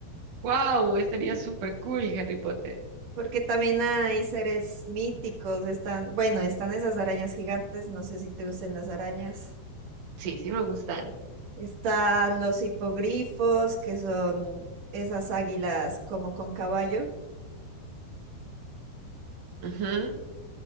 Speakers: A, on the right; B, on the right.
A: Wow, estaría súper cool Harry Potter.
B: Porque también hay seres míticos, están, bueno, están esas arañas gigantes, no sé si te gustan las arañas.
A: Sí, sí me gustan.
B: Están los hipogrifos, que son esas águilas como con caballo.
A: Ujú.